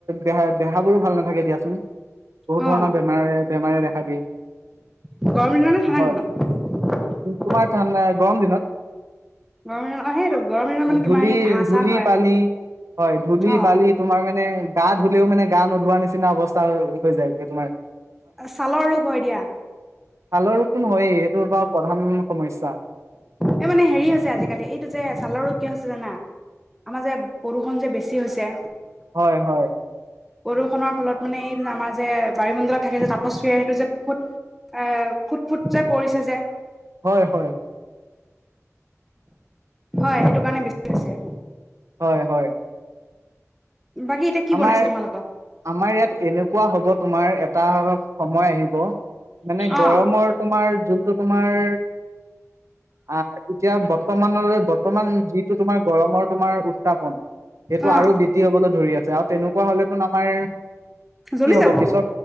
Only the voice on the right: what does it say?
দেহা দেহাবোৰো ভাল নাথাকে দিয়াচোন বহুত
ধৰণৰ বেমাৰ বেমাৰে দেখা দিয়ে।
হয়
তোমাৰ গৰম দিনত
ধূলি
ধূলি
বালি হয় ধূলি
বালি তোমাৰ মানে মানে গা ধুলেও মানে গা নোধোৱা নিচিনা অৱস্থা হৈ যায় এতিয়া তোমাৰ
ভালৰ ৰপটো নহয়েই সেইটো বাৰ প্ৰধান সমস্যা।
হয় হয়।
হয় হয়।
হয় হয়।
আমাৰ
আমাৰ ইয়াত এনেকুৱা হ'ব। তোমাৰ এটা সময় আহিব মানে গৰমৰ
তোমাৰ যোনটো তোমাৰ, আ, এতিয়া বৰ্তমানলৈ, বৰ্তমান যিটো তোমাৰ গৰমৰ, তোমাৰ উত্থাপন সেইটো
আৰু বৃদ্ধি হ'বলৈ ধৰি আছ আৰু তেনেকুৱা হ'লেতোন আমাৰ
কি হ'ব?
পিছৰ,